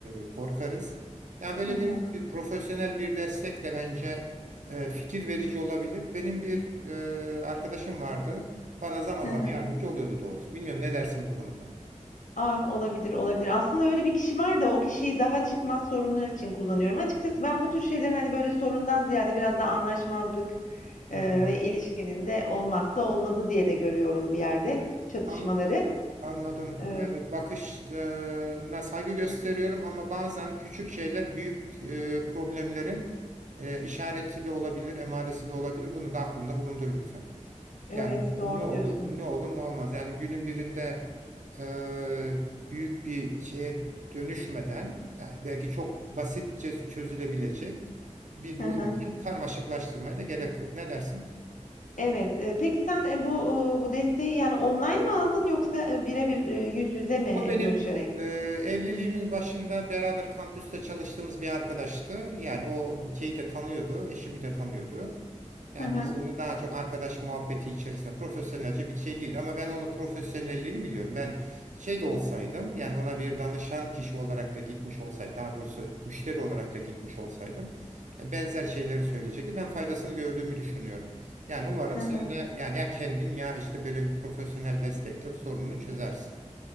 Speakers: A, on the right; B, on the left.
A: e, korkarız. Yani böyle
B: Hı hı.
A: bir, bir profesyonel bir destek de bence e, fikir verici olabilir. Benim bir e, arkadaşım vardı. Bana zaman
B: Hı
A: zaman
B: hı.
A: yardımcı oluyordu doğrusu. Bilmiyorum ne dersin bu konuda?
B: Ah, olabilir, olabilir. Aslında öyle bir kişi var da o kişiyi daha çıkmaz sorunlar için kullanıyorum. Açıkçası ben bu tür şeyler hani böyle sorundan ziyade biraz da anlaşmazlık
A: Hmm.
B: Eee, ve ilişkinin de olmazsa olmazı diye de görüyorum bir yerde çatışmaları.
A: Tam anladım.
B: Eee,
A: Yani bakışına saygı gösteriyorum ama bazen küçük şeyler büyük e, problemlerin e, işareti de olabilir, emaresi de olabilir. Bunu da aklında bulundur lütfen.
B: evet,
A: Yani
B: doğru
A: ne olur,
B: diyorsun.
A: ne olur, ne olmaz. Yani günün birinde e, büyük bir şeye dönüşmeden, yani belki çok basitçe çözülebilecek bir
B: Hı
A: durum
B: hı.
A: için karmaşıklaştırmaya da gerek yok. Ne dersin?
B: Evet, eee, peki sen e, bu e, bu desteği yani online mi aldın yoksa e, birebir e, yüz yüze mi
A: O
B: e,
A: benim
B: görüşerek?
A: e, evliliğimin başında beraber kampüste çalıştığımız bir arkadaştı. Yani o şeyi de tanıyordu, eşimi de tanıyordu. Yani
B: Hı hı.
A: biz onu daha çok arkadaş muhabbeti içerisinde profesyonelce bir şey değildi ama ben onun profesyonelliğini biliyorum. Ben şey de olsaydım yani ona bir danışan kişi olarak da gitmiş olsaydım daha doğrusu müşteri olarak da gitmiş olsaydım e, benzer şeyleri söyleyecekti. Ben faydasını gördüğümü düşünüyorum. Yani umarım
B: Hı hı.
A: sen de yani ya kendin ya işte böyle bir profesyonel destekle sorununu çözersin.